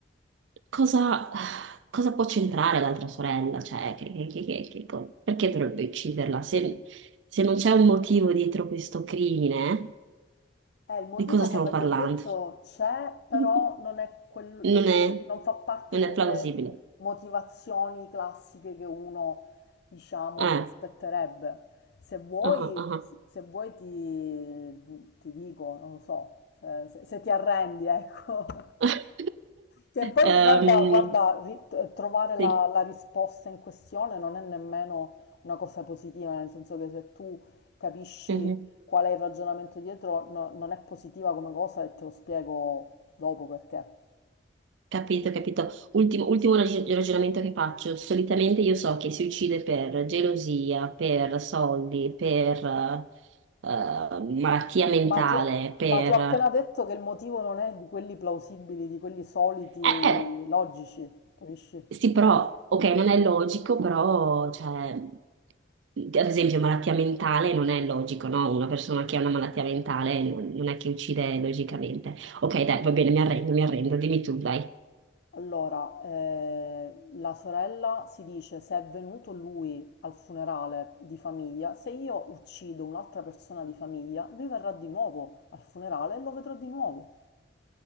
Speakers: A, on the right; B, on the left.
A: cosa, cosa può c'entrare l'altra sorella? Cioè, che- che- che- che- che co- perché dovrebbe ucciderla? Se, se non c'è un motivo dietro questo crimine,
B: Eh, il motivo,
A: Di cosa stiamo
B: come
A: parlando?
B: ti ho detto, c'è, però
A: <laughs>
B: non è quel-
A: Non
B: non,
A: è,
B: non fa parte
A: non è
B: delle
A: plausibile.
B: motivazioni classiche che uno, diciamo,
A: Eh,
B: si aspetterebbe. Se vuoi,
A: ah, ah.
B: se vuoi ti, ti dico, non lo so, se, se- se ti arrendi, ecco. <laughs>
A: <laughs>
B: Sì, e poi
A: Ehm,
B: guarda, guarda, ri- t- trovare la,
A: sì,
B: la risposta in questione non è nemmeno una cosa positiva, nel senso che se tu capisci
A: mhm.
B: qual è il ragionamento dietro, no- non è positiva come cosa e te lo spiego dopo perché.
A: Capito, capito. Ultimo, ultimo raggi- ragionamento che faccio. Solitamente io so che si uccide per gelosia, per soldi, per eh, eh, malattia mentale,
B: Ma ti ho,
A: per...
B: ma ti ho appena detto che il motivo non è di quelli plausibili, di quelli soliti,
A: eh, eh,
B: logici, capisci?
A: Sì, però, ok, non è logico, però, cioè, ad esempio, malattia mentale non è logico, no? Una persona che ha una malattia mentale non non è che uccide logicamente. Ok, dai, va bene, mi arrendo, mi arrendo, dimmi tu, dai.
B: Allora, eh, la sorella si dice se è venuto lui al funerale di famiglia, se io uccido un'altra persona di famiglia, lui verrà di nuovo al funerale e lo vedrò di nuovo.